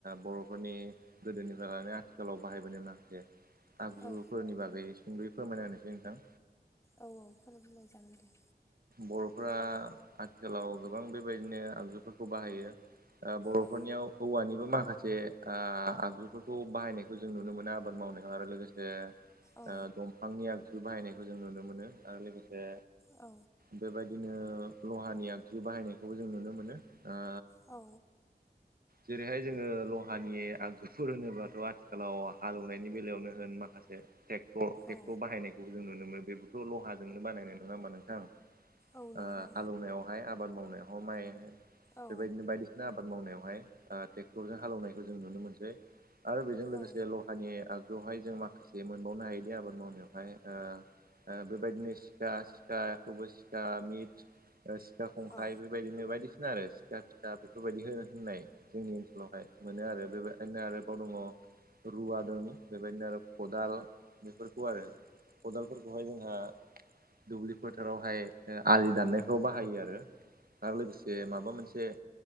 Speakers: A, on the right (about 55°); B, on the left (about 15°).
A: बर'फोरनि गोदोनिफ्राय लानानै आथिखालाव बाहायबोनो <unintelligible> आगजुफोरनि
B: औ
A: बागै सुंदयै फोरमायना होनोसै नोंथां
B: औ औ फोरमाय जागोन दे
A: बर'फ्रा आथिखालाव गोबां बेबायदिनो आगजुफोरखौ बाहायो ओ बर'फोरनियाव
B: औ
A: औवानिबो माखासे आ आगजुफोरखौ बाहायनायखौ जों नुनो मोनो आबाद मावनायाव आरो लोगोसे
B: औ
A: ओ दंफांनि आगजु बाहायनायखौ जों नुनो मोनो आरो लोगोसे
B: औ
A: बेबायदिनो लहानि आगजु बाहायनायखौबो जों नुनो मोनो ओ
B: औ
A: जेरैहाय जोङो लहानि आगजुफोर होनोब्लाथ' आथिखालाव हालेवनायनि बेलायावनो होन माखासे ट्रेक्ट ट्रेक्टर
B: औ
A: बाहायनायखौ जों नुनो मोनो बेबोथ' लहाजोंनो बानायनाय नङा होमबा नोंथां ओ
B: औ नंगौ
A: हालौनायावहाय आबाद मावनायावहाय माइ
B: औ
A: बेबायदिनो बायदिसिना आबाद मावनायावहाय ओ ट्रेक्टरजों हालौनायखौ जों नुनो मोनसै आरो बेजों लोगोसे
B: औ
A: ल हानि आगजुआवहाय जों माखासे मोनबावनो हायोदि आबाद मावनायावहाय ओ बेबायदिनो सिखा सिखाखौबो सिखा मिट सिखा खंखाइ
B: औ
A: बेबायदिनो बायदिसिना आरो सिखा फिसा बेफोरबायदि होनो होननाय जोंनि ओनस बेवहाय मोनो आरो बेबायदिनो आरोबाव दङ रुवा दं बेबायदिनो आरो खदाल बेफोरखौ आरो खदालफोरखौहाय जोंहा दुब्लि फोथारावहाय ओ आलि दाननायफ्राव बाहायो आरो आरो लोगोसे माबा मोनसे